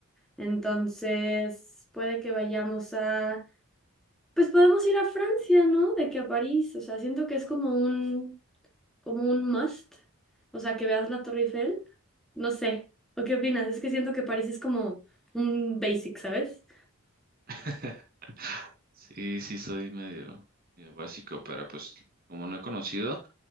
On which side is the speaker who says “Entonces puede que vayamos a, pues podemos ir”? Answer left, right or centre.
Centre